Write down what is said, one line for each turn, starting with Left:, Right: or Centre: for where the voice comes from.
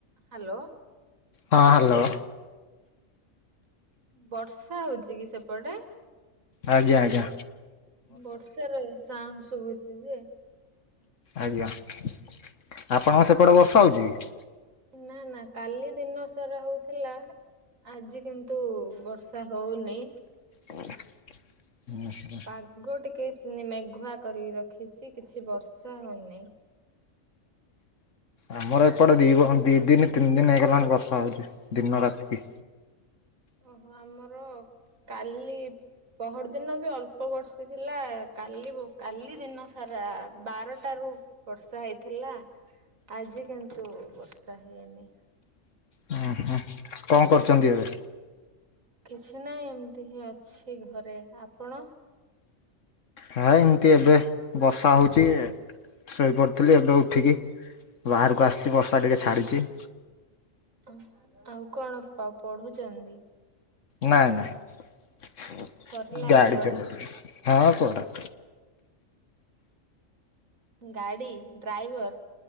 Right: ହ୍ୟାଲୋ
Left: ହଁ ହ୍ୟାଲୋ
Right: ବର୍ଷା ହଉଚି କି ସେପଟେ
Left: ଆଜ୍ଞା ଆଜ୍ଞା
Right: ବର୍ଷା ର ସାଉଣ୍ଡ ଶୁଭୁଛି ଯେ
Left: ଆଜ୍ଞା ଆପଣଙ୍କ ସେପଟେ ବର୍ଷା ହେଉଛି କି
Right: ନା ନା କାଲି ଦିନ ସାରା ହଉଥିଲା। ଆଜି କିନ୍ତୁ ବର୍ଷା ହଉନି
Left: ହୁଁ ହ
Right: ଆଗ ଟିକେ ମେଘୁଆ କରିକି ରଖିଛି କିଛି ବର୍ଷା ହଉନିଁ।
Left: ଆମର ଏପଟେ ଦି ଦି ଦିନ ତିନି ଦିନ ହେଇଗଲାଣି ବର୍ଷା ହଉଛି ଦିନ ରାତିକି
Right: ଓହୋ ଆମର କାଲି ପହର ଦିନ ବି ଅଳ୍ପ ବର୍ସି ଥିଲା କାଲି କାଲି ଦିନ ସାରା ବାରଟାରୁ ବର୍ଷା ହେଇଥିଲା ଆଜି କିନ୍ତୁ ବର୍ଷା ହେଇନି।
Left: ଉୁଁ ହୁଁ କଣ କରୁଛନ୍ତି ଏବେ?
Right: କିଛି ନାହିଁ ଏମିତି ହିଁ ଅଛି ଘରେ ଆପଣ?
Left: ହଁ ଏମିତି ଏବେ ବର୍ଷା ହଉଛି। ଶୋଇପଡ଼ିଥିଲି ଏବେ ଉଠିକି ବାହାରକୁ ଆସିଛି ବର୍ଷା ଟିକେ ଛାଡ଼ିଛି
Right: ଓ ଆଉ କଣ ପଢୁଛନ୍ତି।
Left: ନାଇଁ ନାଇଁ
Right: ସରିଲାଣି
Left: ଗାଡି
Right: ପଢା
Left: ଚଉ ହଁ ପଢ।
Right: ଗାଡି ଡ୍ରାଇଭର।